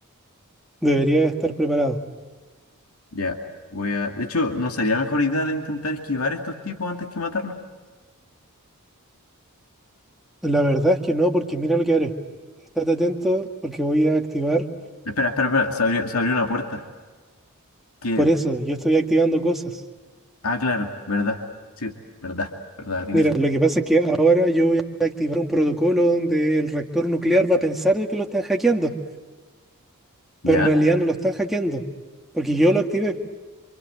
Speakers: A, in the centre; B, on the left (about 80°).
A: Debería estar preparado.
B: Ya, voy a... De hecho, ¿no sería mejor idea de intentar esquivar a estos tipos antes que matarlos?
A: La verdad es que no, porque mira lo que haré. Estate atento porque voy a activar.
B: Espera, espera, espera. Se abrió, se abrió una puerta. Que...
A: Por eso, yo estoy activando cosas.
B: Ah, claro, verdad. Sí, verdad, verdad, tiene
A: Mira,
B: sentido.
A: lo que pasa es que ahora yo voy a activar un protocolo donde el reactor nuclear va a pensar de que lo están hackeando,
B: Ya.
A: pero en realidad no lo están hackeando, porque yo lo activé,